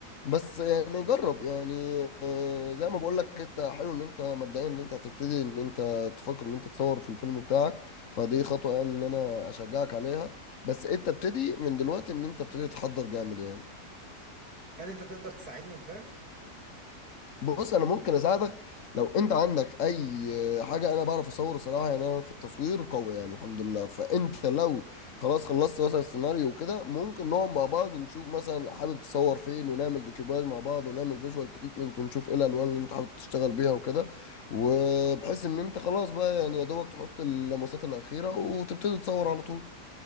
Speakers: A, on the left (about 50°); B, on the right (about 65°).
A: بس يعني جرب يعني آه، زي ما بقول لك انت حلو ان انت مبدئيا ان انت هتبتدي ان انت تفكر ان انت تصور في الفيلم بتاعك فدي خطوة يعني ان انا اشجعك عليها بس انت ابتدي من دلوقتي ان انت ابتدي تحضر جامد يعني
B: هل انت تقدر تساعدني في ده
A: بص انا ممكن اساعدك لو انت عندك اي حاجة انا بعرف اصور صراحة يعني انا في التصوير قوي يعني الحمد لله فانت لو خلاص خلصت مثلا السيناريو وكده ممكن نقعد مع بعض نشوف مثلا حابب تصور فين ونعمل ديكوباج مع بعض ونعمل فيجوال تريتمنت ونشوف ايه الالوان اللي انت حابب تشتغل بيها وكده وبحيث ان انت خلاص بقى يعني يا دوبك تحط اللمسات الاخيرة وتبتدي تصور على طول